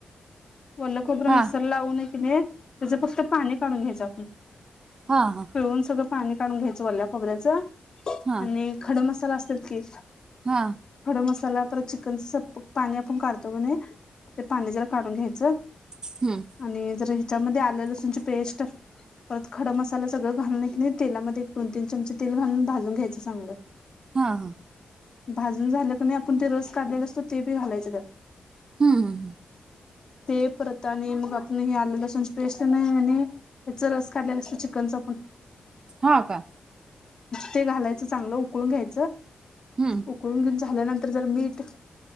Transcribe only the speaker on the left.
वल्लं कोबरं
मिक्सर लावूून की नाही त्याच फक्त पाणी काढून घ्यायच आपण
पिळून, सगळं पाणी काढून घ्यायचं वल्या खोबऱ्याच
आणि खड मसाल असतात की
खडम मसाल परत चिकनच सपक पाणी आपण काढतोय कणी ते पाणी जरा काढून घ्यायचं
आणि जर ह्याच्यामध्ये आल्य लसूणची पेस्ट परत खड मसाला सगळं घालून की नाही तेलामध्ये एक दोन तीन चमचे तेल घालून भाजून घ्यायचं चांगलं. <unintelligible>
भाजून झालं क नाही आपण ते रस काढलेला असतो ते बी घालायच त्यात
ते परत आणि आपण ह आलं लस पेस्ट नाही आणि याच रस काढलेला असतो चिकनचा पण
ते घालायचं चांगलं उकळून घ्यायचं..
उकळून घेऊन झाल्यानंतर जरा मीठ,